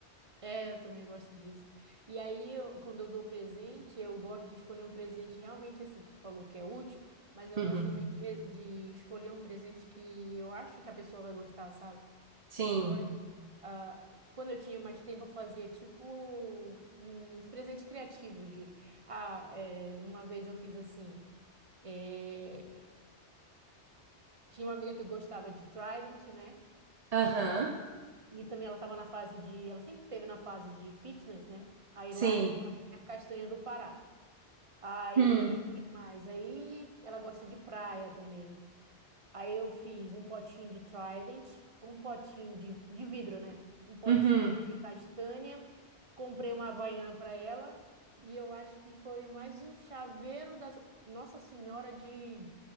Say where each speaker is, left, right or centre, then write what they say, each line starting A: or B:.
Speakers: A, on the right; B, on the right.
A: É, eu também gosto disso. E aí, eu- quando eu dou presente, eu gosto de escolher um presente realmente, assim, que tu falou que é útil, mas eu
B: Uhum.
A: gosto também de, de escolher um presente que eu acho que a pessoa vai gostar, sabe?
B: Sim.
A: Eu gosto Ah, quando eu tinha mais tempo, eu fazia tipo uns presentes criativos de ah, é, uma vez eu fiz assim. é, tinha uma amiga que gostava de Trident, né?
B: Aham.
A: E também ela estava na fase de. Ela sempre teve na fase de fitness, né? Aí
B: Sim.
A: lá, lá tem a castanha do Pará. Aí,
B: Hum.
A: o que mais? Aí ela gosta de praia também. Aí eu fiz um potinho de Trident, um potinho de, de vidro, né? Um potinho
B: Uhum.
A: de castanha, comprei uma Havaiana para ela e eu acho que foi mais um chaveiro da Nossa Senhora de,